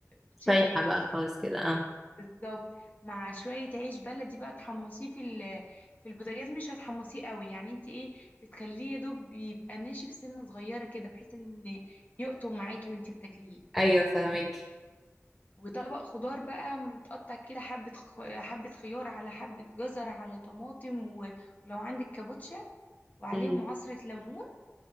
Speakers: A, on the left; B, in the centre.
A: بتشد
B: سايحة
A: معاكي
B: بقى خالص كده اه
A: بالظبط مع شوية عيش بلدي بقى تحمصيه في ال... في البوتاجاز مش هتحمصيه قوي يعني انت ايه بتخليه يا دوب يبقى ناشف سنة صغيرة كده بحيث ان يقطم معاكي وانت بتاكليه
B: ايوه فهمك
A: وطبق خضار بقى متقطع كده حبة خ... حبة خيار على حبة جزر على طماطم و... ولو عندك كابوتشا وعليهم
B: امم
A: عصرة ليمون